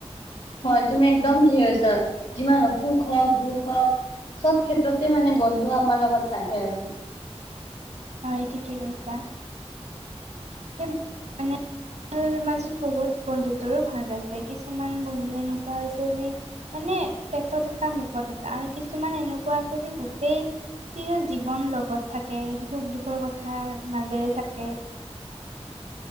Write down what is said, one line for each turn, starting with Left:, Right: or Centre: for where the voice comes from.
Left: হয়, তুমি একদম ঠিকে কৈছা। যিমান হওঁক সুখ হওঁক, দুখ হওঁক চব ক্ষেত্ৰতে মানে বন্ধু আমাৰ লগত থাকে আৰু।
Right: হয়, ঠিকে কৈছা। এ মানে মাজত বহুত বন্ধুত্বৰো ভাগ আছে। কিছুমান বন্ধু এনেকুৱা আছে যি মানে পেটত এটা, মুখত এটা আৰু কিছুমান এনেকুৱা আছে যে গোটেই চিৰ জীৱন লগত থাকে। সুখ-দুখৰ কথা মাজেৰে থাকে।
Left: <inaudible>